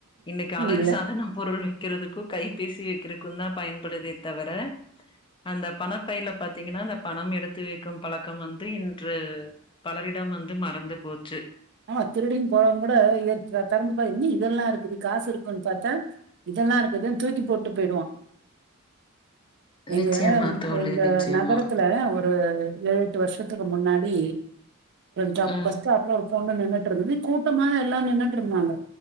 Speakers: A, on the left (about 20°); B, on the right (about 55°).
A: இன்னைக்கு அழகா
B: இல்ல
A: ன பொருள் வைக்கிறதுக்கு கைபேசி வைக்கிறக்கு தா பயன்படுதே தவிர அந்த பணப்பைல பாத்தீங்கன்னா அந்த பணம் எடுத்து வைக்கும் பழக்கம் வந்து இன்று பலரிடம் வந்து மறந்து போச்சு
B: ஆமா திருடினு போறவங்க கூட தெறந்துப்பா இன்னா இதெல்லா இருக்குது காசு இருக்கோனு பாத்தா இதெல்லா இருக்குதுன் தூக்கி போட்டு போயிடுவா எங்க
A: நிச்சயமா தோழி
B: எங்க
A: நிச்சயமா
B: நகரத்துல ஏழு எட்டு வர்ஷத்துக்கு முன்னாடி ஜாப்
A: ம்
B: பஸ் பஸ்டாப்ல ஒரு பொண்ணு நின்னுட்டு இருந்தது கூட்டமா எல்லா நின்னுட்ருந்தாங்க